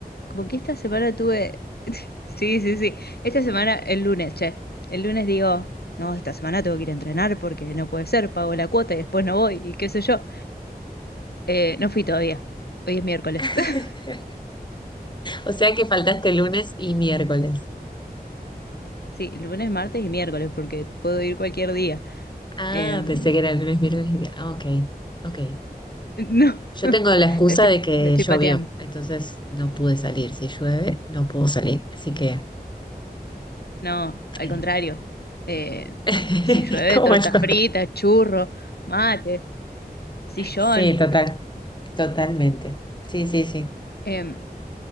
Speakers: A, on the left (about 80°); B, on the left (about 30°).
A: Como que esta semana tuve... <laughs> Sí, sí, sí. Esta semana, el lunes, che. El lunes digo, no, esta semana tengo que ir a entrenar porque no puede ser, pago la cuota y después no voy y qué sé yo. Eh, no fui todavía. Hoy es miércoles.
B: <laughs>
A: <laughs>
B: O sea que faltaste lunes y miércoles.
A: Sí, lunes, martes y miércoles porque puedo ir cualquier día.
B: Ah,
A: Em,
B: pensé que era lunes, miércoles y viernes. Ah, ok, ok.
A: <laughs> no, <laughs>
B: Yo
A: lo
B: tengo la excusa
A: estoy,
B: de que
A: lo estoy
B: llovió,
A: pateando.
B: entonces no pude salir. Si llueve, no puedo salir. Así que,
A: No, al
B: eh,
A: contrario. Eh,
B: <laughs>
A: si llueve,
B: como
A: torta
B: el otro.
A: frita, churro, mate, sillón.
B: Sí, total, totalmente. Sí, sí, sí.
A: Em,